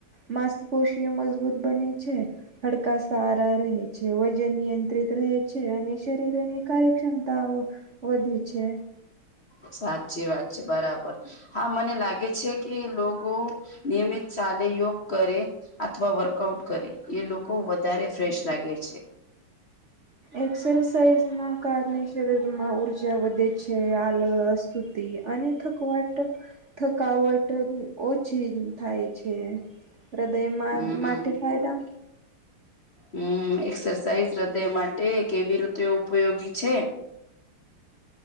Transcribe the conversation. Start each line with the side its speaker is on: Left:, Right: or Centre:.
Right: માસ્પોષી મજબૂત બને છે. હડકા સારા રહે છે વજન નિયંત્રિત રહે છે અને શરીરની કાર્યક્ષમતાઓ વધે છે.
Left: સાચી વાત છે બરાબર. હા મને લાગે છે કે લોકો નિયમિત ચાલે યોગ કરે. અથવા વર્કઆઉટ કરી એ લોકો વધારે ફ્રેશ લાગે છે.
Right: એક્સરસાઇઝ ના કારણે શરીર માં ઉર્જા વધે છે. આલ સ્તુતિ અને થકવાટ થકાવટ ઓછી થાય છે હૃદયમાં
Left: હમ
Right: માટે ફાયદા
Left: હમ એક્સરસાઇઝ હૃદય માટે કેવી રીતે ઉપયોગી છે